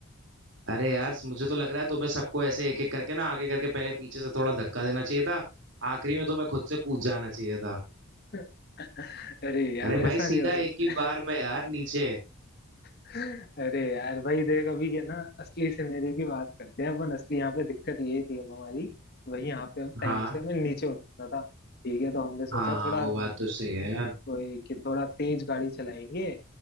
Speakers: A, on the right; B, on the left.
A: अरे यार मुझे तो लग रहा है तुम्हें सबको ऐसे एक एक करके ना आगे करके पहले पीछे से थोड़ा धक्का देना चाहिए था आखिरी में तुम्हें खुद से कूद जाना चाहिए था
B: <laughs> अरे यार
A: अरे भाई
B: ऐसा
A: सीधा
B: नहीं हो सकता
A: एक ही बिल्कुल बार में यार नीचे
B: <laughs> अरे यार भाई देख अभी क्या ना असली सिनेरियो की बात करते हैं अपन असली यहाँ पे दिक्कत यही थी अब हमारी भाई यहाँ पे अब टाइम
A: हाँ
B: से मैं नीचे उतरना था ठीक है तो हमने सोचा
A: हाँ हाँ
B: थोड़ा
A: वो बात तो सही है यार
B: कोई- कि थोड़ा तेज गाड़ी चलाएंगे